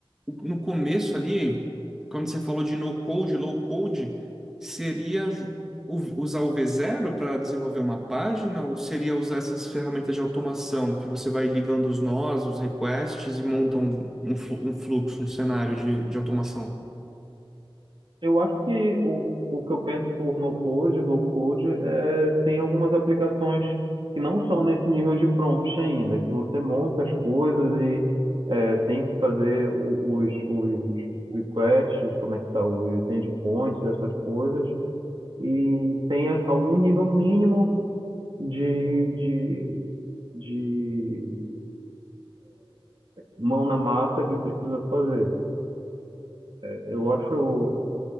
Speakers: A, in the centre; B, on the right (about 55°).
A: no começo ali, quando você falou de no-code, low-code, seria ju- u- usar o V0 para desenvolver uma página ou seria usar essas ferramentas de automação que você vai ligando os nós, os requests e monta um, um flu- um fluxo, um cenário de, de automação?
B: Eu acho que o, o que eu penso por no code, low code, é, tem algumas aplicações que não são nesse nível de prompt ainda, que você monta as coisas e é, tem que fazer o- os, os requests, conectar os endpoints, essas coisas, e tem algum nível mínimo de, de, de mão na massa que precisa fazer. Eu acho